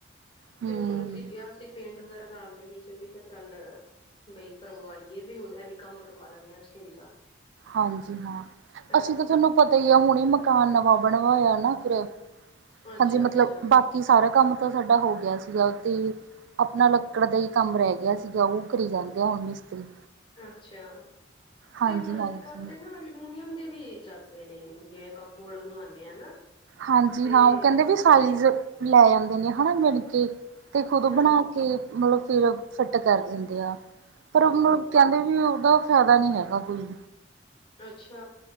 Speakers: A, on the right (about 70°); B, on the left (about 25°).
A: ਹੂੰ
B: ਤੇ ਹੁਣ ਅਸੀਂ ਕਿਹਾ ਸੀ ਪੇਂਟ ਵਗੈਰਾ ਕਰਾ ਦੇਣੀ ਸੀ। ਠੀਕ ਹੈ, ਚੱਲ ਬਈ ਕਰਵਾਈਏ ਬਈ ਹੁਣ ਐ ਵੀ ਕੰਮ ਕਰਵਾ ਲੈਂਨੇ ਹਾਂ ਰਸੋਈ ਦਾ।
A: ਹਾਂਜੀ ਹਾਂ
B: ਹਾਂ
A: ਅਸੀਂ ਤਾਂ ਤੁਹਾਨੂੰ। ਪਤਾ ਹੀ ਆ ਹੁਣ ਹੀ ਮਕਾਨ ਨਵਾਂ ਬਣਵਾਇਆ ਨਾ ਫਿਰ
B: ਅੱਛਾ
A: ਹਾਂਜੀ
B: ਅੱਛਾ
A: ਮਤਲਬ ਬਾਕੀ। ਕਿ ਸਾਰਾ ਕੰਮ ਤਾਂ ਸਾਡਾ ਹੋ ਗਿਆ ਸੀਗਾ ਤੇ। ਆਪਣਾ ਲੱਕੜ ਦਾ ਹੀ ਕੰਮ ਰਹਿ ਗਿਆ, ਸੀਗਾ ਉਹ ਕਰੀ ਜਾਂਦੇ ਆ ਹੁਣ ਮਿਸਤਰੀ।
B: ਅੱਛਾ
A: ਹਾਂਜੀ
B: ਤੇ ਹੁਣ
A: ਹਾਂਜੀ
B: ਅੱਜ ਕੱਲ। ਅਲੂਮੀਨੀਅਮ ਦੇ ਵੀ ਚੱਲ ਪਏ ਨੇ ਜਿਵੇਂ ਕੱਪਬੋਰਡ ਬਣਵਾਉਂਦੇ ਆ।
A: ਹਾਂਜੀ
B: ਤੇ
A: ਹਾਂ ਉਹ ਕਹਿੰਦੇ ਵੀ ਸਾਈਜ਼।
B: ਤੁਸੀਂ
A: ਲੈ ਜਾਂਦੇ ਨੇ ਹਨਾ, ਮਿਣ ਕੇ ਤੇ ਖੁਦ
B: ਹਾਂ
A: ਬਣਾ ਕੇ। ਮਤਲਬ ਫਿਰ ਫਿੱਟ ਕਰ ਦਿੰਦੇ ਆ, ਪਰ
B: ਹਾਂ
A: ਮਤਲਬ ਕਹਿੰਦੇ ਵੀ ਉਹਦਾ। ਫੈਦਾ ਨੀ ਹੈਗਾ ਕੋਈ।
B: ਅੱਛਾ